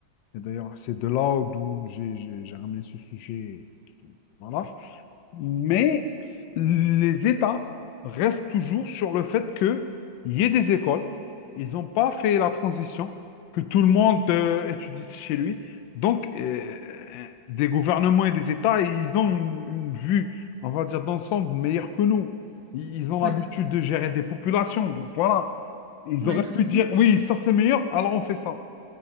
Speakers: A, on the left; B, on the right.
A: Et d'ailleurs, c'est de là d'où j'ai j'ai- j'ai ramené ce sujet. Voilà. Mais les États restent toujours sur le fait qu'il y ait des écoles. Ils n'ont pas fait la transition, que tout le monde euh, étudie chez lui. Donc, euh, des gouvernements et des États, ils ont une, une vue, on va dire, d'ensemble meilleure que nous. Ils, ils ont
B: Ouais,
A: l'habitude de gérer des populations. Donc, voilà. Ils
B: ouais,
A: auraient
B: tu
A: pu
B: sais.
A: dire, oui, ça c'est meilleur, alors on fait ça.